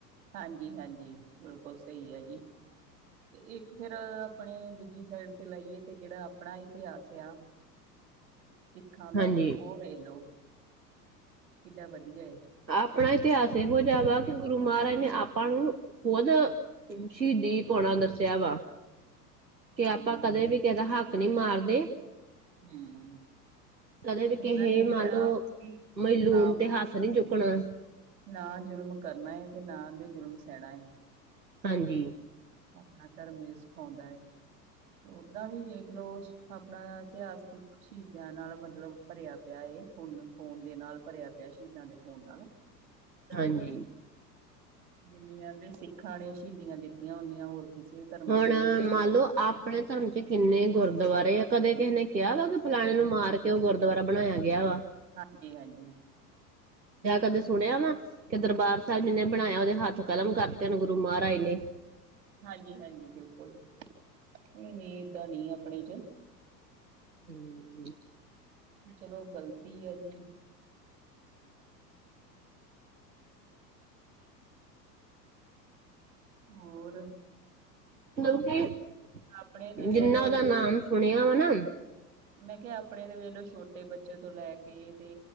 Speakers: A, on the right (about 55°); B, on the right (about 85°).
A: ਹਾਂਜੀ- ਹਾਂਜੀ ਬਿਲਕੁਲ ਸਹੀ ਆ ਜੀ, ਤੇ ਇੱਕ ਫਿਰ- ਆਪਣੇ ਦੂਜੀ ਸਾਈਡ ਤੇ ਲਾਈਏ ਤੇ ਜਿਹੜਾ ਆਪਣਾ ਇਤਿਹਾਸ ਆ। ਸਿੱਖਾਂ ਦਾ
B: ਹਾਂਜੀ
A: ਤੇ ਉਹ ਵੇਖ ਲੋ, ਕਿਡਾ ਵਧੀਆ ਐ।
B: ਆਪਣਾ ਇਤਿਹਾਸ ਏ ਹੋ ਜੇਹਾ ਹੈਗਾ ਕਿ ਗੁਰੂ ਮਹਾਰਾਜ ਨੇ ਆਪਾਂ ਨੂੰ ਖੁਦ ਸ਼ਹੀਦੀ ਪਾਉਣਾ ਦੱਸਿਆ ਵਾ ਤੇ
A: ਹਾਂਜੀ
B: ਆਪਾਂ ਕਦੇ ਵੀ ਕਿਸੇਦਾ ਹੱਕ ਨੀ ਮਾਰਦੇ।
A: ਹਮ
B: ਕਦੇ ਵੀ ਕਿਸਹੇ
A: ਉਹਨਾਂ ਨੇ ਕਿਹਾ
B: ਮੰਨ ਲਓ ਮਜ਼ਲੂਮ
A: ਨਾਮ
B: ਤੇ ਹੱਥ ਨੀ ਚੁੱਕਣੇ।
A: ਨਾ ਜ਼ੁਲਮ ਕਰਨਾ ਹੈ ਤੇ ਨਾ ਤੇ ਜ਼ੁਲਮ ਸਹਿਣਾ ਏ।
B: ਹਾਂਜੀ।
A: ਆਪਣਾ ਧਰਮ ਇਹ ਸਿਖਾਉਂਦਾ ਹੈ। ਓਦਾਂ ਵੀ ਵੇਖਲਓ ਛ ਆਪਣਾ ਇਤਿਹਾਸਿਕ। ਸ਼ਹੀਦਾਂ ਨਾਲ ਮਤਲਬ ਭਰਿਆ ਪਿਆ ਏ ਖੂਨੋ-ਖੂਨ ਦੇ ਨਾਲ ਭਰਿਆ ਪਿਆ ਸ਼ਹੀਦਾਂ ਦੇ ਖੂਨ ਨਾਲ
B: ਹਾਂਜੀ।
A: ਜਿੰਨੀਆਂ ਦੇ ਸਿੱਖਾਂ ਨੇ ਸ਼ਹੀਦੀਆਂ ਦਿੱਤੀਆਂ ਓਨੀਆਂ ਹੋਰ ਕਿਸੇ ਧਰਮ
B: ਹੁਣ
A: ਚ ਨਹੀਂ ਹੈ ਤੇ
B: ਮੰਨ ਲੋ ਆਪਣੇ ਧਰਮ ਚ ਕਿੰਨੇ ਗੁਰਦੁਆਰੇ ਆ ਕਦੇ ਕਿਸੇ ਨੇ ਕਿਹਾ ਵਾ ਕਿ ਫਲਾਣੇ ਨੂੰ ਮਾਰ ਕੇ ਓ ਗੁਰਦੁਆਰਾ ਬਣਾਇਆ ਗਿਆ ਵਾ
A: ਹਾਂਜੀ-ਹਾਂਜੀ
B: ਜਾਂ ਕਦੇ ਸੁਣਿਆ ਵਾ ਕੀ ਦਰਬਾਰ ਸਾਬ ਜਿਨੇ ਬਣਾਇਆ ਉਦੇ ਹੱਥ ਕਲਮ ਕਰਤੇ ਹੋਣ ਗੁਰੂ ਮਹਾਰਾਜ ਨੇ।
A: ਹਾਂਜੀ-ਹਾਂਜੀ ਬਿਲਕੁਲ ਏ ਨੀ ਏਦਾਂ ਨੀ ਆਪਣੇ ਚ
B: <inaudible>
A: ਚਲੋ ਗਲਤੀ ਆ ਜੀ ਹੋਰ?
B: ਮਤਲਬ ਕੀ
A: ਆਪਣੇ ਤੇ ਵੇਖਲੋ
B: ਜਿੰਨਾ ਦਾ ਨਾਮ ਸੁਣਿਆ ਵਾ ਨਾ
A: ਮੈਂ ਕਿਆ ਆਪਣੇ ਵੇਲੋ ਛੋਟੇ ਬੱਚੇ ਤੋਂ ਲੈ ਕੇ ਤੇ